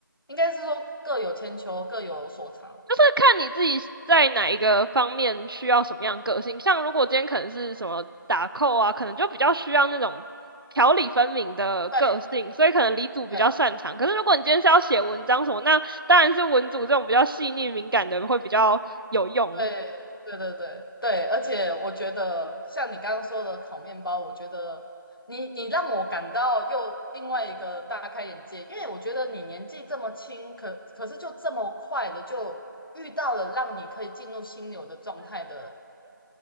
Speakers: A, on the left; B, on the right.
A: 应该是说各有千秋，各有所长。
B: 就是看你自己在哪一个方面需要什么样个性。像如果今天可能是什么打扣啊，可能就比较需要那种条理分明的个性，
A: 对
B: 所以可能理组比较擅长。
A: 对
B: 可是如果你今天是要写文章什么，那当然是文组这种比较细腻敏感的会比较有用。
A: 对对对对对，而且我觉得像你刚刚说的烤面包，我觉得你你让我感到又另外一个大开眼界，因为我觉得你年纪这么轻，可可是就这么快的就遇到了让你可以进入心流的状态的，